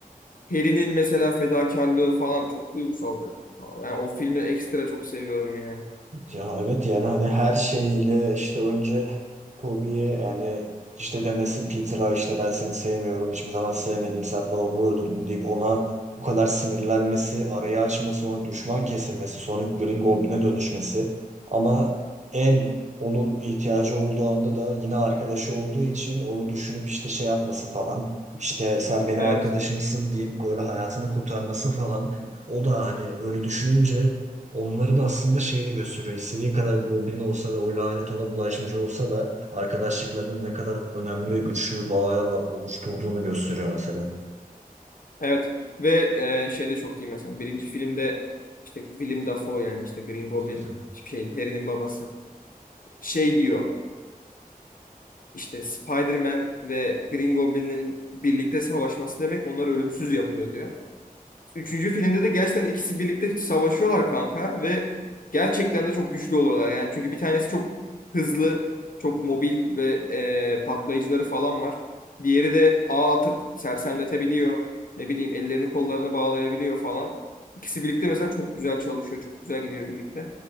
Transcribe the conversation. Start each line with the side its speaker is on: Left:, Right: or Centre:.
Left: Harry'nin mesela fedakarlığı falan çok duygusal bir konu. Yani o filmi ekstra çok seviyorum yani.
Right: Ya evet yani hani her şeyle işte önce Toby'ye yani işte demesi Peter'a işte ben seni sevmiyorum hiçbir zaman sevmedim sen babamı öldürdün deyip ona bu kadar sinirlenmesi, arayı açması, ona düşman kesilmesi, sonra Green Goblin'e dönüşmesi. Ama en onun ihtiyacı olduğu anda da yine arkadaşı olduğu için onu düşünüp işte şey yapması falan. İşte sen benim
Left: Evet.
Right: arkadaşımsın deyip böyle hayatını kurtarması falan. O da hani öyle düşününce Onların aslında şeyini gösteriyor. İstediği kadar goblin olsa da o lanet ona bulaşmış olsa da arkadaşlıklarının ne kadar önemli ve güçlü bir bağla oluşturduğunu gösteriyor mesela.
Left: Evet. Ve e, şey de çok iyi mesela. Birinci filmde işte Willem Dafoe yani işte Green Goblin
Right: Hı hı.
Left: şeyin Harry'nin babası. Şey diyor. İşte Spider-Man ve Green Goblin'in birlikte savaşması demek onları ölümsüz yapıyor diyor. Üçüncü filmde de gerçekten ikisi birlikte savaşıyorlar kanka ve gerçekten de çok güçlü oluyorlar. Yani çünkü bir tanesi çok hızlı, çok mobil ve e, patlayıcıları falan var. Diğeri de ağ atıp sersemletebiliyor. Ne bileyim ellerini kollarını bağlayabiliyor falan. İkisi birlikte mesela çok güzel çalışıyor. Çok güzel gidiyor birlikte.